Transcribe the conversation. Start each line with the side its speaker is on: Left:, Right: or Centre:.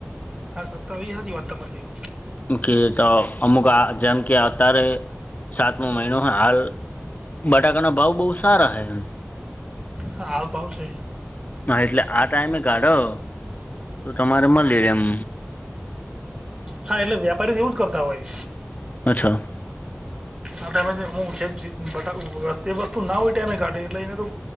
Right: હા કરતા આવી હાચી વાત તમારી
Left: કે તો અમુક આ જેમ કે અત્યારે સાતમો મહિનો હ હાલ બટાકાના ભાવ બહુ સારા હ એમ
Right: હા આવ પાાવશે
Left: હા એટલે આ ટાઈમે કાઢો તો તમારે મળી રે એમ
Right: હા એટલે વ્યાપારી એવું જ કરતા હોય
Left: અચ્છા
Right: આ ટાઈમે જે હું છે બા વસ્તુ ના હોય ટાઈમે કાટેે એટલે એને તો